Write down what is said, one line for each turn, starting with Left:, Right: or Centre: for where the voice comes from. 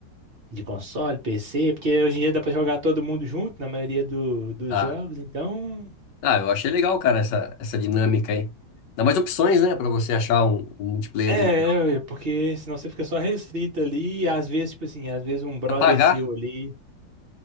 Right: de console, PC, porque hoje em dia dá pra jogar todo mundo junto na maioria do, dos
Left: Tá.
Right: jogos, então.
Left: Ah, ah, eu achei legal, cara, essa, essa dinâmica aí. Dá mais opções, né, pra você achar um, um multiplayer
Right: É,
Left: ali
Right: é,
Left: legal.
Right: é, porque senão você fica só restrito ali, e às vezes, tipo assim, às vezes um brother
Left: Apagar,
Right: seu ali.